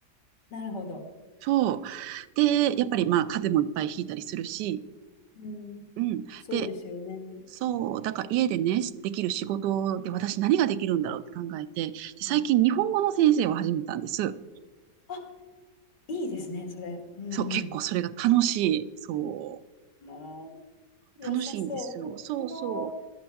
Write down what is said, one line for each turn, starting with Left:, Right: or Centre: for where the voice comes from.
Left: なるほど。
Right: そう。で、やっぱりまあ風邪もいっぱいひいたりするし、
Left: うん。
Right: うん。
Left: そうですよね。
Right: で、そう、だから家でね、できる仕事で私何ができるんだろうって考えて、で最近日本語の先生を始めたんです。
Left: うんうんあ、いいですね、それ。うん
Right: そう、結構それが楽しい。そ
Left: うん。ああ、良さそう。
Right: う、楽しいんですよ。そうそ
Left: 私の